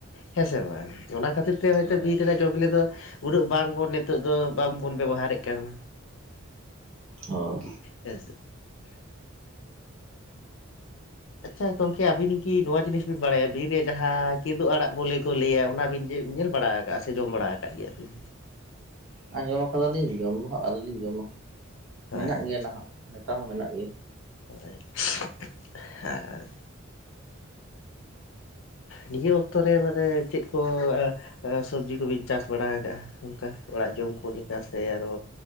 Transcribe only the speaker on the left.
ᱦᱮᱸ ᱥᱮ ᱵᱟᱝ ᱚᱱᱟ ᱠᱷᱟᱹᱛᱤᱨ ᱛᱮ ᱦᱳᱭᱛᱚ
ᱵᱤᱨ ᱨᱮᱜᱮ ᱡᱚ ᱵᱤᱞᱤ ᱫᱚ᱾ ᱩᱱᱟᱹᱜ ᱵᱟᱝ ᱵᱚᱱ ᱱᱤᱛᱚᱜ ᱫᱚ ᱵᱟᱝ ᱵᱚᱱ ᱵᱮᱵᱚᱦᱟᱨᱮᱫ ᱠᱟᱱᱟ᱾
ᱦᱮᱸ ᱥᱮ ᱟᱪᱪᱷᱟ ᱜᱚᱝᱠᱮ ᱟᱹᱵᱤᱱ ᱠᱤ ᱱᱚᱣᱟ ᱡᱤᱱᱤᱥ ᱵᱤᱱ ᱵᱟᱲᱟᱭᱟ᱾ ᱵᱤᱨ ᱨᱮ ᱡᱟᱦᱟᱸ ᱠᱤᱫᱩᱵᱽ ᱟᱲᱟᱜ ᱵᱚᱞᱮ ᱠᱚ ᱞᱟᱹᱭᱟ ᱚᱱᱟ ᱵᱤᱱ ᱧᱮᱞ ᱵᱟᱲᱟ ᱟᱠᱟᱜ-ᱟ ᱥᱮ ᱡᱚᱢ ᱵᱟᱲᱟ ᱟᱠᱟᱜ ᱜᱮᱭᱟ ᱵᱤᱱ᱾
ᱟᱪᱪᱷᱟ
<unintelligible> ᱱᱤᱭᱟᱹ ᱚᱠᱛᱚᱨᱮ ᱢᱟᱱᱮ ᱪᱮᱫ ᱠᱚ᱾ ᱥᱚᱵᱽᱡᱤ ᱠᱚᱵᱤᱱ ᱪᱟᱥ ᱵᱟᱲᱟᱣ ᱠᱟᱜᱼᱟ ᱚᱝᱠᱟ ᱚᱲᱟᱜ ᱡᱚᱢ ᱠᱚ ᱞᱮᱠᱟ ᱥᱮ ᱟᱨᱚ